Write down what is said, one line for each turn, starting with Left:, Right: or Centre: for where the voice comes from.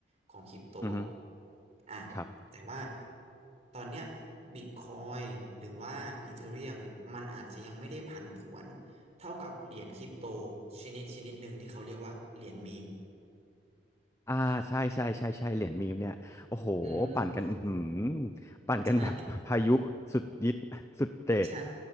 Right: ของคริปโตอะ
Left: อือฮึ
Right: อ่ะ
Left: ครับ
Right: แต่ว่าตอนเนี้ยบิตคอยหรือว่าอีเธอเรียมเนี่ยมันอาจจะยังไม่ได้ผันผวนเท่ากับเหรียญคริปโตชนิดชนิดหนึ่งที่เขาเรียกว่าเหรียญมีม
Left: อ่าใช่ใช่ใช่ใช่เหรียญมีมเนี่ยโอ้โหปั่นกันอือหือ
Right: อืม
Left: ปั่นกันแบบ
Right: ใช่
Left: <laughs> พายุสุดยิดสุดเด็ด
Right: ใช่